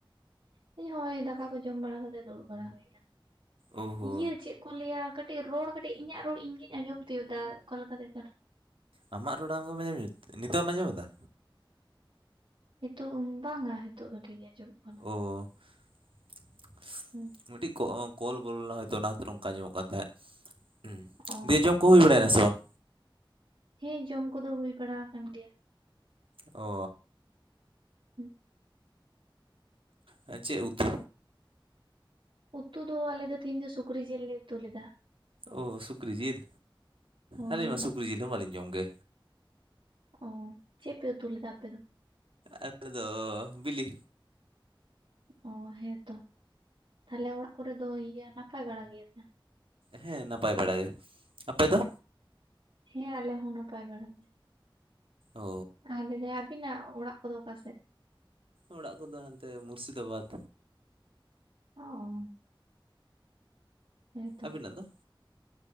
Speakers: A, on the right; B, on the right.
A: ᱦᱮᱸ ᱦᱳᱭ ᱫᱟᱠᱟ ᱠᱚ ᱡᱚᱢ ᱵᱟᱲᱟ ᱠᱟᱛᱮ ᱫᱩᱲᱩᱵ ᱵᱟᱲᱟ ᱦᱩᱭ ᱟᱠᱟᱱᱟ
B: ᱳ ᱦᱳ
A: ᱤᱭᱟᱹ ᱪᱮᱫ ᱠᱚ ᱞᱟᱹᱭᱟ ᱠᱟᱹᱴᱤᱡ ᱨᱚᱲ ᱠᱟᱹᱴᱤᱡ ᱤᱧᱟᱹᱜ ᱨᱚᱲ ᱤᱧ ᱜᱤᱧ ᱟᱸᱡᱚᱢ ᱛᱤᱭᱳᱟ ᱚᱠᱟᱞᱮᱠᱟ ᱵᱮᱯᱟᱨ?
B: ᱟᱢᱟᱜ ᱨᱚᱲ ᱟᱢᱜᱮᱢ ᱟᱸᱡᱚᱢ ᱢᱮᱫᱟ ᱱᱤᱛᱚᱜ ᱮᱢ ᱟᱸᱡᱚᱢᱮ ᱫᱟ?
A: ᱱᱤᱛᱚᱜ ᱵᱟᱝ ᱟ ᱱᱤᱛᱚᱜ ᱫᱚ ᱴᱷᱤᱠ ᱜᱮ ᱟᱸᱡᱚᱢᱚᱜ ᱠᱟᱱᱟ
B: ᱚ <inaudible>
A: ᱦᱳᱭ
B: ᱢᱤᱫᱴᱤᱡ ᱠᱚᱞ ᱵᱚᱞᱚ ᱞᱮᱱᱟ ᱦᱚᱭᱛᱳ ᱚᱱᱟ ᱠᱷᱟᱹᱛᱤᱨ ᱚᱝᱠᱟ ᱟᱧᱡᱚᱢᱚᱜ ᱠᱟᱱ ᱛᱮᱦᱮᱸᱫ ᱦᱩᱸ
A: ᱚ
B: ᱫᱮ ᱡᱚᱢ ᱠᱚ ᱦᱩᱭ ᱵᱟᱲᱟᱭᱱᱟ ᱥᱮ ᱵᱟᱝ?
A: ᱦᱮᱸ ᱡᱚᱢ ᱠᱚᱫᱚ ᱦᱩᱭ ᱵᱟᱲᱟ ᱟᱠᱟᱱ ᱜᱮᱭᱟ
B: ᱚ
A: <inaudible>
B: ᱟ ᱪᱮᱫ ᱩᱛᱩ?
A: ᱩᱛᱩ ᱫᱚ ᱟᱞᱮ ᱫᱚ ᱛᱤᱦᱤᱧ ᱫᱚ ᱥᱩᱠᱨᱤ ᱡᱤᱞ ᱞᱮ ᱩᱛᱩ ᱞᱮᱫᱟ
B: ᱳ ᱥᱩᱠᱨᱤ ᱡᱤᱞ
A: ᱦᱳᱭ
B: ᱟᱞᱤᱧ ᱢᱟ ᱥᱩᱠᱨᱤ ᱡᱤᱞ ᱦᱚᱸ ᱵᱟᱞᱤᱧ ᱡᱚᱢ ᱜᱮ
A: ᱚ ᱪᱮᱫ ᱯᱮ ᱩᱛᱩ ᱞᱮᱫᱟ ᱟᱯᱮ ᱫᱚ?
B: ᱟᱛ ᱫᱚ ᱵᱤᱞᱤ
A: ᱚ ᱦᱮᱸᱛᱚ ᱛᱟᱦᱞᱮ ᱚᱲᱟᱜ ᱠᱚᱨᱮ ᱫᱚ ᱤᱭᱟᱹ ᱱᱟᱯᱟᱭ ᱵᱟᱲᱟ ᱜᱮᱭᱟ ᱯᱮ?
B: ᱦᱮᱸ ᱱᱟᱯᱟᱭ ᱵᱟᱲᱟ ᱜᱮ ᱟᱯᱮ ᱫᱚ?
A: ᱦᱮᱸ ᱟᱞᱮ ᱦᱚᱸ ᱱᱟᱯᱟᱭ ᱵᱟᱲᱟᱭ ᱜᱮ
B: ᱚ
A: ᱟᱞᱮ ᱟᱹᱯᱤᱱᱟᱜ ᱚᱲᱟᱜ ᱠᱚᱫᱚ ᱚᱠᱟᱥᱮᱫ ᱾
B: ᱚᱲᱟᱜ ᱠᱚᱫᱚ ᱦᱟᱱᱛᱮ ᱢᱩᱨᱥᱤᱫᱟᱵᱟᱫᱽ
A: ᱚ ᱦᱮᱸᱛᱚ
B: ᱟᱵᱤᱱᱟᱜ ᱫᱚ?